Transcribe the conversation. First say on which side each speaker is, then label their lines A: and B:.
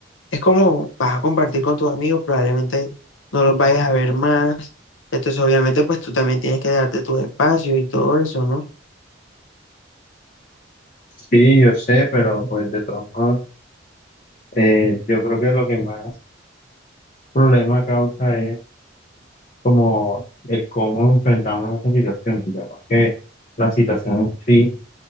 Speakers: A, on the left (about 80°); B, on the left (about 40°).
A: Es como vas a compartir con tus amigos, probablemente no los vayas a ver más. Entonces, obviamente, pues tú también tienes que darte tus espacios y todo eso, ¿no?
B: Sí, yo sé, pero pues de todos modos, eh, yo creo que lo que más problema causa es como el cómo enfrentamos esa situación, digamos que la situación en sí,